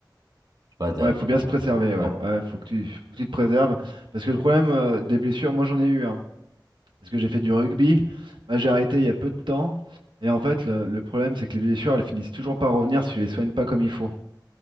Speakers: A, on the right; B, on the right.
A: tu vois, d'avoir-
B: Ouais, faut bien se préserver, ouais. Ouais, faut que tu, faut que tu te préserves. Parce que le problème euh, des blessures, moi j'en ai eu, hein. Parce que j'ai fait du rugby, Bah, j'ai arrêté il y a peu de temps. Et en fait, le, le problème, c'est que les blessures, elles finissent toujours par revenir si tu les soignes pas comme il faut.